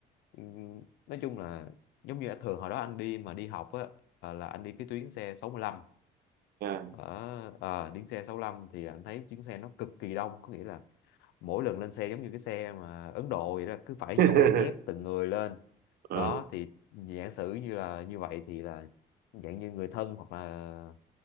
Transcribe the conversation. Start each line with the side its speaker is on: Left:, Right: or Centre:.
Left: ừ, nói chung là giống như thường hồi đó anh đi mà đi học á ờ, là anh đi cái tuyến xe 65
Right: yeah.
Left: ở ờ, đi xe 65 thì anh thấy chuyến xe nó cực kỳ đông có nghĩa là mỗi lần lên xe giống như cái xe mà Ấn Độ vậy đó cứ phải
Right: <laughs>
Left: nhồi nhét từng người lên
Right: ừ
Left: đó thì giả sử như là như vậy thì là dạng như người thân hoặc là